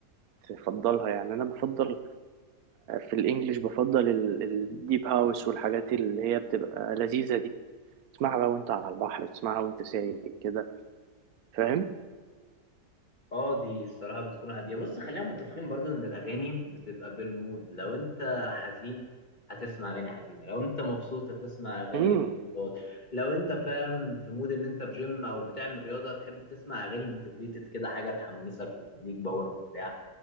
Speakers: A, on the right; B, on the left.
A: بتفضلها يعني انا بفضل في الانجليش بفضل الديب هاوس والحاجات اللي هي بتبقى لذيذة دي تسمعها بقى وانت على البحر تسمعها وانت سايق كده فاهم
B: اه دي الصراحه بتكون هاديه بص خلينا متفقين برضو ان الاغاني بتبقى بالمود لو انت حزين هتسمع اغاني حزينه لو انت مبسوط هتسمع اغاني
A: امم
B: مبسوط لو انت فاهم في مود ان انت في جيم او بتعمل رياضه هتحب تسمع اغاني موتيفيتد كده حاجه تحمسك وتديك باور وبتاع